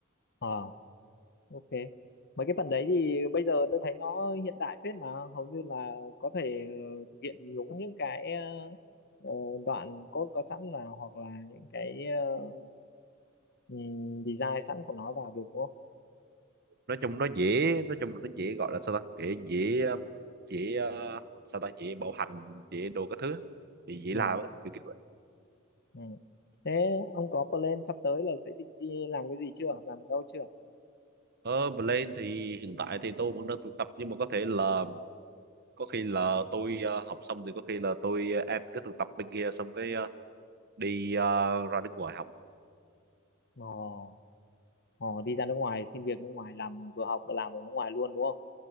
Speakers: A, on the left; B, on the right.
A: ờ ok mấy cái phần đấy thì bây giờ tôi thấy nó hiện đại phết mà hầu như là có thể ờ, thực hiện nhúng những cái ờ, đoạn code có sẵn là hoặc là những cái ờ, ừm, design sẵn của nó vào được đúng không
B: nói chung nó dễ nói chung là nó dễ gọi là sao ta dễ dễ ờ, dễ ờ, sao ta dễ bảo hành dễ đồ các thứ thì dễ
A: ừ,
B: làm á kiểu kiểu vậy
A: ừ. thế ông có plan sắp tới là sẽ định đi làm cái gì chưa làm ở đâu chưa
B: ờ Blend thì hiện tại thì tôi vẫn đang thực tập nhưng mà có thể là có khi là tôi ờ, học xong thì có khi là tôi ờ, em cứ thực tập bên kia xong cái ờ, đi ờ, ra nước ngoài học
A: Ồ. Ồ, đi ra nước ngoài xin việc nước ngoài làm vừa học vừa làm ở nước ngoài luôn đúng không